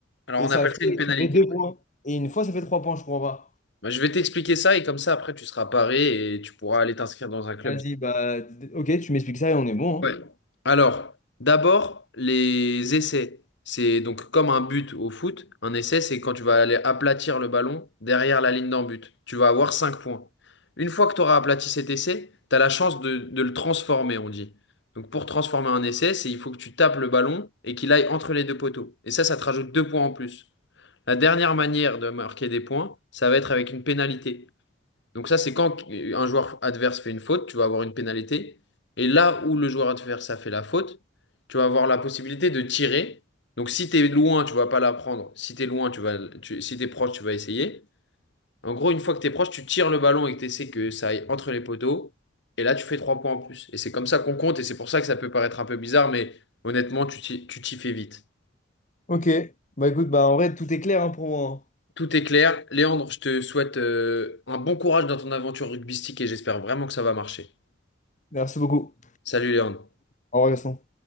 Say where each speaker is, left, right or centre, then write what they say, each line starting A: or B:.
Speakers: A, on the left; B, on the left.
A: Alors,
B: et
A: on
B: ça
A: appelle
B: fait,
A: ça une pénalité.
B: ça fait 2 points. Et une fois, ça fait 3 points, je crois pas.
A: Bah, je vais t'expliquer ça et comme ça, après, tu seras paré et tu pourras aller t'inscrire dans un club
B: Vas-y, bah, d- ok, tu m'expliques ça et on est bon, hein.
A: Ouais. Alors, d'abord, les essais. C'est donc comme un but au foot. Un essai, c'est quand tu vas aller aplatir le ballon derrière la ligne d'en but. Tu vas avoir 5 points. Une fois que tu auras aplati cet essai, tu as la chance de, de le transformer, on dit. Donc, pour transformer un essai, c'est il faut que tu tapes le ballon et qu'il aille entre les deux poteaux. Et ça, ça te rajoute deux points en plus. La dernière manière de marquer des points, ça va être avec une pénalité. Donc ça, c'est quand un joueur adverse fait une faute, tu vas avoir une pénalité. Et là où le joueur adverse a fait la faute, tu vas avoir la possibilité de tirer. Donc si tu es loin, tu vas pas la prendre. Si tu es loin, tu vas, tu- si tu es proche, tu vas essayer. En gros, une fois que tu es proche, tu tires le ballon et que tu essaies que ça aille entre les poteaux. Et là, tu fais trois points en plus. Et c'est comme ça qu'on compte. Et c'est pour ça que ça peut paraître un peu bizarre, mais honnêtement, tu t'y tu t'y fais vite.
B: Ok, bah écoute, bah en vrai, tout est clair hein, pour moi. hein.
A: Tout est clair. Léandre, je te souhaite euh, un bon courage dans ton aventure rugbystique et j'espère vraiment que ça va marcher.
B: Merci beaucoup.
A: Salut Léandre.
B: Au revoir, Gaston.